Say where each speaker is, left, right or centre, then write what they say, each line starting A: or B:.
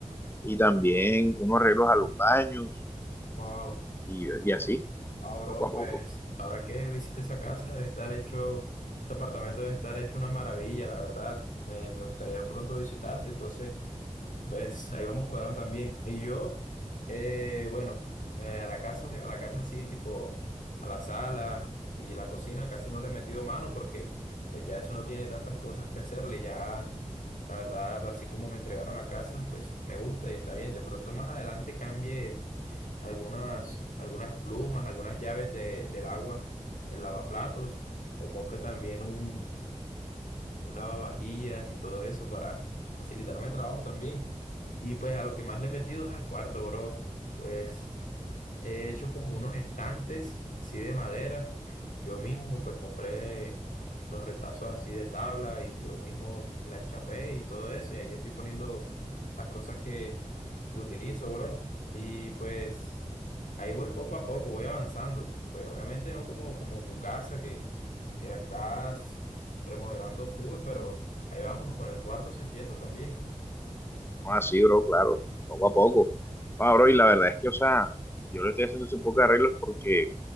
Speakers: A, on the left; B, on the left.
A: Y también unos arreglos a los baños
B: Wow.
A: y, y así,
B: Ah, bro,
A: poco a
B: pues
A: poco.
B: ahora que visité esa casa, debe estar hecho, este apartamento debe estar hecho una maravilla, la verdad. Me, me gustaría pronto visitarte, entonces, pues ahí vamos cuadrando también. Y yo, eh, bueno, eh, a la casa, a la casa sí, tipo, a la sala y la cocina casi no le he metido mano porque, pues ya eso no tiene tantas cosas que hacerle, ya, la verdad, así como me entregaron la casa, pues me gusta y está bien. De pronto más adelante cambie algunas, algunas plumas, algunas llaves de- del agua, el lavaplatos, o compre también un, un lavavajillas y todo eso para facilitarme el trabajo también. Y pues a lo que más le he metido es al cuarto, bro. Pues He hecho como unos estantes, así de madera. Yo mismo, pues compré los retazos así de tabla y yo mismo la enchapé y todo eso. Y ahí estoy poniendo las cosas que, que utilizo, bro. Y pues ahí voy poco a poco, voy avanzando. Pues obviamente no como, como tu casa que, que la estás remodelando full, pero ahí vamos, con el cuarto se empieza también.
A: No, Así, bro, claro, poco a poco. Ah, bro, y la verdad es que, o sea, yo le estoy haciendo un poco de arreglos porque